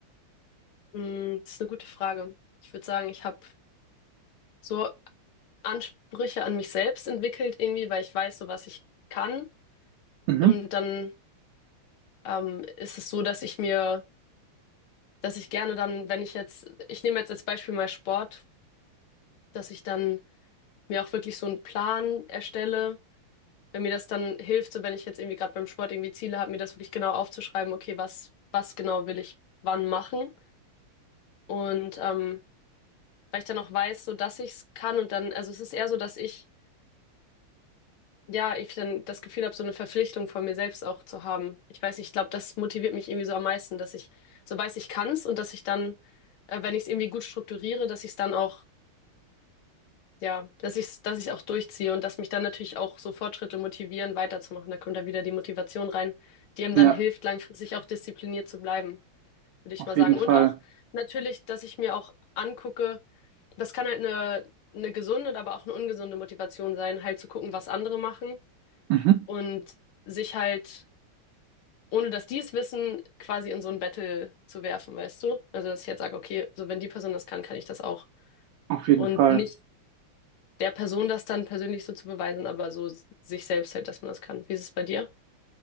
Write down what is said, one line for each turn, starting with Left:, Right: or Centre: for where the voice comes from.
Left: Hm, das ist eine gute Frage. Ich würde sagen, ich habe so Ansprüche an mich selbst entwickelt irgendwie, weil ich weiß, so was ich kann.
Right: Mhm.
Left: Und dann ähm, ist es so, dass ich mir, dass ich gerne dann, wenn ich jetzt, ich nehme jetzt als Beispiel mal Sport, dass ich dann mir auch wirklich so einen Plan erstelle wenn mir das dann hilft, so wenn ich jetzt irgendwie gerade beim Sport irgendwie Ziele habe, mir das wirklich genau aufzuschreiben, okay, was, was genau will ich wann machen. Und ähm, weil ich dann auch weiß, so dass ich es kann und dann, also es ist eher so, dass ich, ja, ich dann das Gefühl habe, so eine Verpflichtung von mir selbst auch zu haben. Ich weiß, nicht, ich glaube, das motiviert mich irgendwie so am meisten, dass ich so weiß, ich kann es und dass ich dann, äh, wenn ich es irgendwie gut strukturiere, dass ich es dann auch Ja, dass ich dass ich auch durchziehe und dass mich dann natürlich auch so Fortschritte motivieren, weiterzumachen. Da kommt dann wieder die Motivation rein, die einem
Right: Ja,
Left: dann hilft, langfristig auch diszipliniert zu bleiben, würde ich
Right: auf
Left: mal
Right: jeden
Left: sagen. Und
Right: Fall.
Left: auch natürlich, dass ich mir auch angucke, das kann halt eine, eine gesunde, aber auch eine ungesunde Motivation sein, halt zu gucken, was andere machen
Right: Mhm.
Left: und sich halt, ohne dass die es wissen, quasi in so ein Battle zu werfen, weißt du? Also, dass ich jetzt sage, okay, so wenn die Person das kann, kann ich das auch.
Right: Auf jeden
Left: Und
Right: Fall.
Left: nicht der Person das dann persönlich so zu beweisen, aber so s- sich selbst halt, dass man das kann. Wie ist es bei dir?